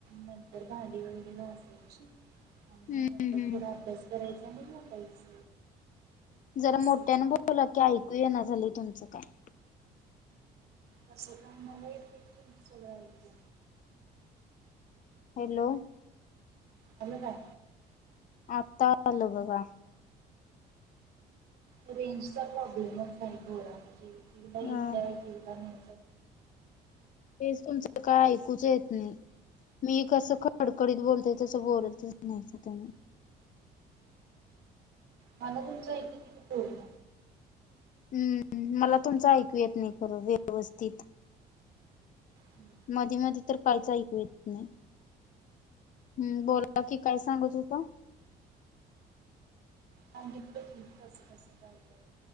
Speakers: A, on the right; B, on the left.
A: नंतर भाडी वगैरे घसायची आणि
B: हम्म
A: नंतर
B: हम्म
A: थोडा अभ्यास करायचा आणि झोपायचं
B: जरा
A: असं
B: मोठ्यान बोला की ऐकू ये ना झाली तुमचं काय
A: कसं काय मला येतय तुम सगळं ऐकु
B: हॅलो
A: हॅल्लो काय
B: आता आल बघा
A: रेंजचा प्रॉब्लेमच आहे थोडा म्हणजे एकदा
B: अ
A: येत एकदा नाही
B: तेच तुमचं काय ऐकूच येत नाही मी कसं खडकडीत बोलते तसं बोलत नाहीच तुम्ही
A: मला तुमचं आयकू येत की पूर्ण
B: हम्म मला तुमचं ऐकू येत नाही खरं व्यवस्थित
A: हं.
B: मधी मधी तर काहीच ऐकू येत नाही हम् बोला की काय सांगत होता
A: सांगितलं की कसं कसं काय काय